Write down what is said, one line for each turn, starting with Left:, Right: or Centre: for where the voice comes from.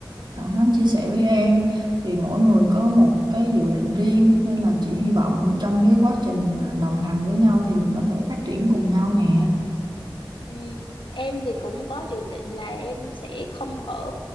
Right: thẳng thắn chia sẻ với em thì mỗi người có một cái dự định riêng nên là chị hy vọng trong cái quá trình mà đồng hành với nhau thì mình có thể phát triển cùng nhau nè.
Left: Ừ, em thì cũng có dự định là em sẽ không ở